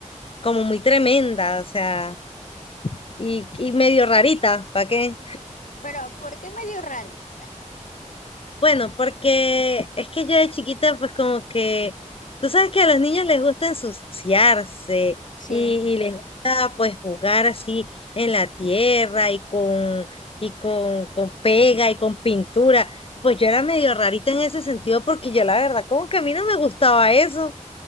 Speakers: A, on the left; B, on the left.
A: como muy tremenda, o sea, y, y medio rarita, ¿para qué?
B: Pero, ¿por qué medio rarita?
A: Bueno, porque es que yo de chiquita, pues como que, tú sabes que a los niños les gusta ensuciarse
B: Sí,
A: y, y les gusta pues jugar así en la tierra y con, y con, con pega y con pintura. Pues yo era medio rarita en ese sentido porque yo la verdad como que a mí no me gustaba eso.